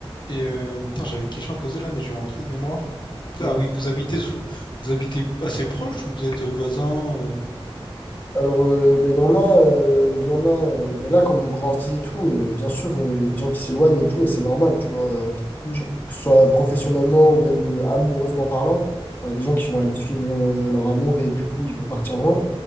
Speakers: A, on the left (about 50°); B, on the left (about 20°).
A: Et euh, putain, j'avais une question à poser là, mais j'ai un trou de mémoire.
B: Mm.
A: Ah oui, vous habitez sous vous habitez assez proche ou vous êtes voisins? euh
B: Alors, euh, ben, il y en a, euh, il y en a euh, ben, là, comme on grandit et tout, euh, bien sûr, euh, il y a des gens qui s'éloignent et tout, et c'est normal, tu vois, euh,
A: Hmm,
B: genre, que ce soit professionnellement ou même euh, amoureusement parlant, tu vois, il y a des gens qui vont aller suivre euh, leur amour et du coup, ils vont partir loin.